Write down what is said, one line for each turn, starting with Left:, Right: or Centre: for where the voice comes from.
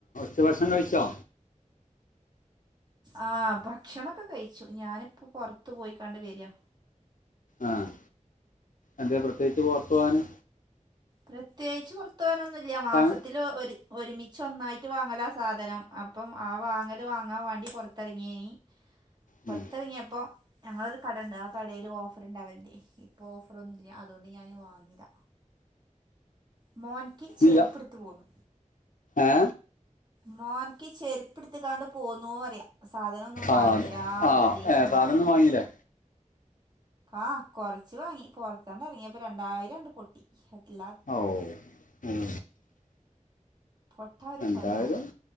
Left: ട്ട് ഭക്ഷണം കഴിച്ചോ
Right: ആഹ് ഭക്ഷണൊക്കെ കഴിച്ചു ഞാനിപ്പോ പൊറത്ത് പോയിക്കാണ്ട് വര്കാ
Left: ആഹ് എന്തേ പ്രത്യേകിച്ച് പൊർത്തു പോവാന്
Right: പ്രത്യേകിച്ച് പൊർത്തു പോകാനൊന്നുല്ല മാസത്തില്
Left: ആ
Right: ഒരു ഒരുമിച്ച് ഒന്നായി ട്ട് വാങ്ങലാ സാധനം അപ്പം ആ വാങ്ങല് വാങ്ങാൻ വേണ്ടി പൊർത്തെറങ്ങിയേനി
Left: ഉം.
Right: പൊർത്തെറങ്ങിയപ്പൊ ഞങ്ങളൊരു കടേണ്ട് ആ കടേല് ഓഫർണ്ടാവല്ണ്ടേ ഇപ്പൊ ഓഫ റൊന്നുല്ല അതുകൊണ്ട് ഞാൻ വാങ്ങില്ല മോൻകി ചെരുപ്പെട്ത്ത്
Left: ഇല്ല
Right: പോന്നു
Left: ഏ
Right: മോൻക്ക് ചെരുപ്പ് ഇട്ത്ത്ക്കാണ്ട് പോന്നു പറിയ സാധനം ഒന്നും വാങ്ങിലാ
Left: ആ ആ
Right: പ്രത്യേകിച്ച്
Left: ഏ
Right: ഒന്നും
Left: സാധനം
Right: വാങ്ങില്ല
Left: വാങ്ങിയില്ലേ
Right: ആഹ് കൊറച്ച് വാങ്ങി പൊർത്താണ്ട് എറങ്ങിയപ്പൊ രണ്ടായിരം ആണ്ട് പൊട്ടി ഹെട്ട്ലാ
Left: ഓഹ് ഉം
Right: പൊട്ടാ ഒരു
Left: രണ്ടായിരം
Right: പണി വാണ്ടേ